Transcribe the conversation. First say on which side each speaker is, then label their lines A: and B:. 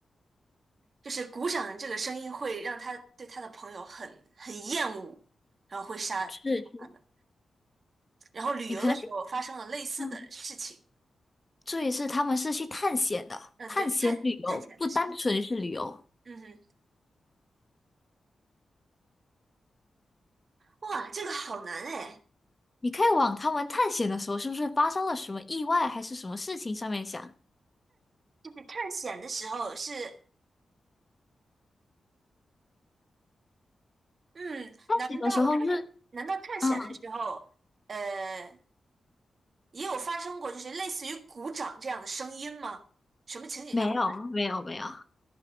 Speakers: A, on the right; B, on the left.
A: 就是鼓掌这个声音会让他对他的朋友很很厌恶，然后会杀会杀他们。
B: 是是，
A: 然后旅游的时候发生了类似的事情。
B: 你可能嗯，注意是他们是去探险的，
A: 嗯，
B: 探险旅游不单纯是旅游。
A: 对，探探险的时候，嗯哼，哇，这个好难哎。
B: 你可以往他们探险的时候是不是发生了什么意外还是什么事情上面想。
A: 就是探险的时候是嗯，
B: 探险的时候是
A: 难道探难道探险的时候，
B: 嗯，
A: 呃，也有发生过就是类似于鼓掌这样的声音吗？什么情景下会发？
B: 没有没有没有，